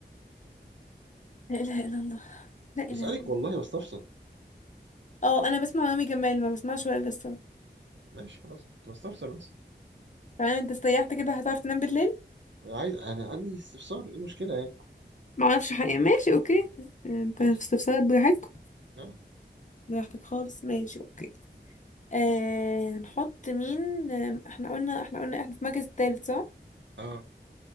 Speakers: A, on the left (about 45°); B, on the right (about 85°).
A: لا اله الا الله لا اله
B: بسالك
A: الا الله
B: والله بستفسر
A: اه انا بسمع رامي جمال ما بسمعش وائل جسار
B: ماشي خلاص انت بستفسر بس
A: فعلا انت استريحت كده هتعرف تنام بالليل
B: انا عايز انا عندي استفسار ايه المشكله يعني
A: ما اعرفش حقيقة ماشي اوكي انت
B: ماشي
A: في استفسارات براحتك
B: اه
A: براحتك خالص ماشي اوكي آه هنحط مين آه، احنا قلنا احنا قلنا احنا في المركز التالت صح
B: اه